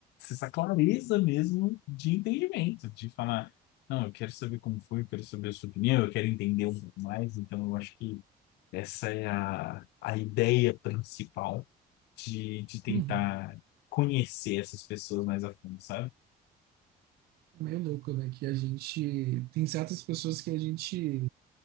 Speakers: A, on the left; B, on the right.
A: essa clareza mesmo de entendimento, de falar, não, eu quero saber como foi, eu quero saber a sua opinião, eu quero entender um pouco mais. Então, eu acho que essa é a, a ideia principal de, de tentar
B: Uhum.
A: conhecer essas pessoas mais a fundo, sabe?
B: É meio louco, né? Que a gente tem certas pessoas que a gente